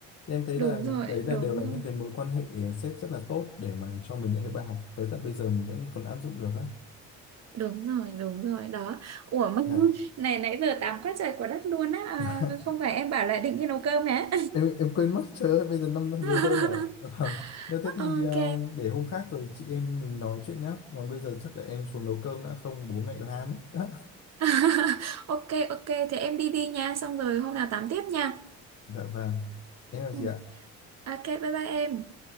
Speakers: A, on the left; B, on the right.
A: Thì em thấy
B: đúng
A: là
B: rồi,
A: đấy là
B: đúng
A: đều là
B: rồi,
A: những cái mối quan hệ ờ, sếp rất là tốt để mà cho mình những cái bài học tới tận bây giờ mình vẫn còn áp dụng được á.
B: đúng rồi, đúng rồi, đó. Ủa mà
A: Dạ.
B: <laughs> này nãy giờ tám quá trời quá đất luôn á, à,
A: <laughs>
B: không phải em bảo là định đi nấu cơm hả?
A: em em quên mất trời ơi bây giờ 5
B: <laughs>
A: giờ hơn à Dạ vâng nếu thế thì
B: Ok,
A: ờ, để hôm khác rồi chị em mình nói chuyện nhá còn bây giờ chắc là em xuống nấu cơm đã không bố mẹ la mất đó
B: <laughs> ok, ok, thế em đi đi nha, xong rồi hôm nào tám tiếp nha.
A: dạ vâng em chào
B: Ừ.
A: chị ạ
B: Ok, bye bye em.